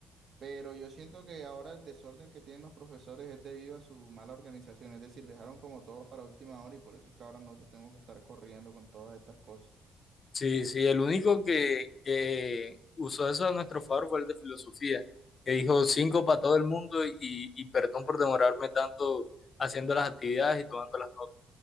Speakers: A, on the right (about 50°); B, on the left (about 45°).
A: pero yo siento que ahora el desorden que tienen los profesores es debido a su mala organización, es decir, dejaron como todo para última hora y por eso es que ahora nosotros tenemos que estar corriendo con todas estas cosas.
B: Sí, sí, el único que, que usó eso a nuestro favor fue el de filosofía, que dijo cinco para todo el mundo y, y perdón por demorarme tanto haciendo las actividades y tomando las notas.